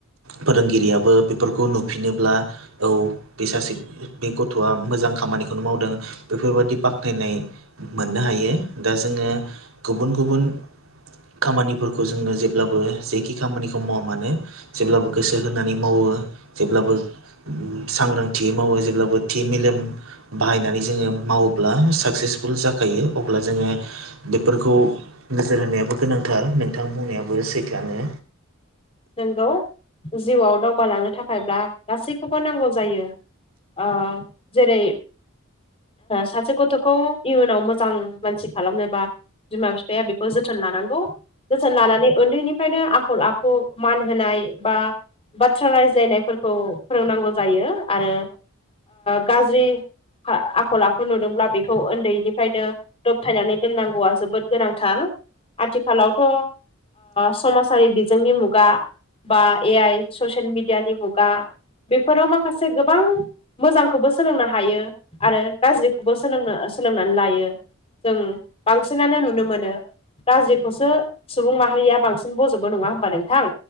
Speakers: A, on the right; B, on the left.
A: फोरोंगिरिआबो बेफोरखौ नुफिनोब्ला औ बे सासे बे गथ'आ मोजां खामानिखौनो मावदों बेफोरबायदि बाख्नायनाय मोननो हायो दा जोङो गुबुन गुबुन खामानिफोरखौ जोंङो जेब्लाबो जेखि खामानिखौ मावा मानो जेब्लाबो गोसो होनानै मावो जेब्लाबो सांग्रांथि मावो जेब्लाबो थि मेलेम बाहायनानै जोङो मावोब्ला साक्सेसफुल जाखायो अब्ला जोङो बेफोरखौ नोजोर होनायाबो गोनांथार नोंथां बुंनायाबो सैथोआनो
B: नोंगौ जिउआव दावगालांनो थाखायब्ला गासैखौबो नांगौ जायो ओ जेरै सासे गथ'खौ इयुनाव मोजां मानसि खालामनोबा बिमा बिफाया बेखौ जोथोन लानांगौ जोथोन लानानै उन्दैनिफ्रायनो आखल आखु मान होनाय बा बाथ्रा रायज्लायनायफोरखौ फोरोंनांगौ जायो आरो गाज्रि आखल आखु नुदोंब्ला बेखौ उन्दैनिफ्रायनो दबथायनानै दोननांगौआ जोबोद गोनांथार आथिखालावथ' समाजारि बिजोंनि मुगा मुगा बा ए आइ ससिल मिडियानि मुगा बेफोराव माखासे गोबां मोजांखौबो सोलोंनो हायो आरो गाज्रिखौबो सोलोंनो सोलोंनानै लायो जों बांसिनानो नुनो मोनो। गाज्रिखौसो सुबुं माहारिया बांसिन बज'बो नंङा होमबा नोंथां